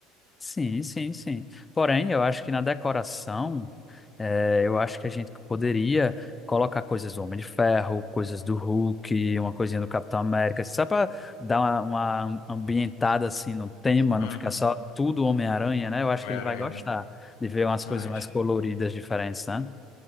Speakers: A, on the left; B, on the left.
A: Sim, sim, sim. Porém, eu acho que na decoração, eh, eu acho que a gente poderia colocar coisas do Homem de Ferro, coisas do Hulk, uma coisinha do Capitão América, assim, só para dar uma, uma ambientada assim no tema, não
B: Uhum.
A: ficar só tudo Homem-Aranha, né? Eu acho
B: Homem-Aranha,
A: que ele vai gostar
B: né?
A: de ver umas coisas
B: Ah, acho.
A: mais coloridas, diferentes, né?